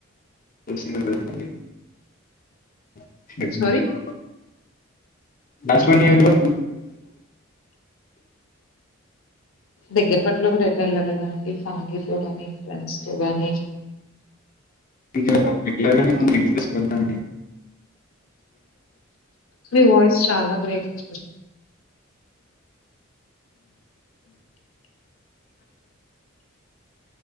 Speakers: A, on the left (about 40°); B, on the left (about 80°).
A: చేసిందే కదండి <unintelligible>
B: సారీ?
A: లాస్ట్ వన్ ఇయర్ లో
B: దగ్గర పట్లో కూడా పిల్లలు కా ఫ్యామిలీ తో గాని ఫ్రెండ్స్ తో గాని
A: ఇక వెళ్ళాలని ఉంది వెళ్తాను
B: మీ వాయిస్ చాలా బ్రేక్ అ